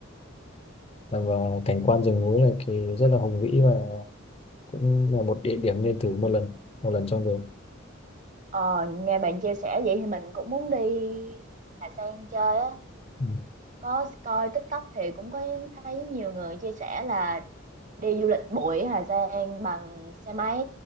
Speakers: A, on the left; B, on the right.
A: Dạ Và cảnh quan rừng núi này thì rất là hùng vĩ và cũng là một địa điểm nên thử một lần một lần trong đời.
B: ờ, nghe bạn chia sẻ vậy thì mình cũng muốn đi Hà Giang chơi á
A: Ừ.
B: có coi TikTok thì cũng có thấy nhiều người chia sẻ là đi du lịch bụi Hà Giang bằng xe máy